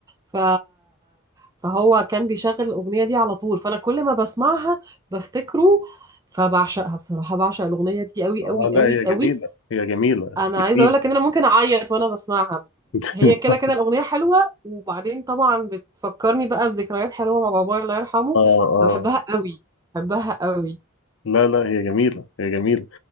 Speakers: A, on the right; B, on the left.
A: ف فهو كان بيشغل الاغنيه دي على طول فانا كل ما بسمعها بفتكره فبعشقها بصراحة بعشق الأغنية دي قوي
B: اه
A: قوي
B: لا
A: قوي
B: هي جميلة
A: قوي
B: هي جميلة
A: أنا عايزة
B: جميلة
A: أقول لك إن أنا ممكن أعيط وأنا بسمعها
B: <laughs>
A: هي كده كده الأغنية حلوة وبعدين طبعا بتفكرني بقى بذكريات حلوة مع بابايا الله يرحمه
B: اه اه
A: فبحبها قوي بحبها قوي
B: لا لا هي جميلة هي جميلة